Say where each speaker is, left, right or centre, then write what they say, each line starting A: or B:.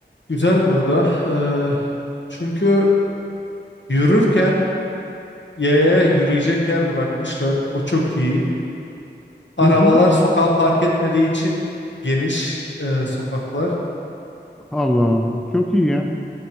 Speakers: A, on the left; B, in the centre.
A: güzel burada. Ee, çünkü yürürken yaya yürüyecek yer bırakmışlar. O çok iyi. Arabalar
B: Hı hı.
A: sokağa park etmediği için geniş e, sokaklar.
B: Allah Allah. Çok iyi ya.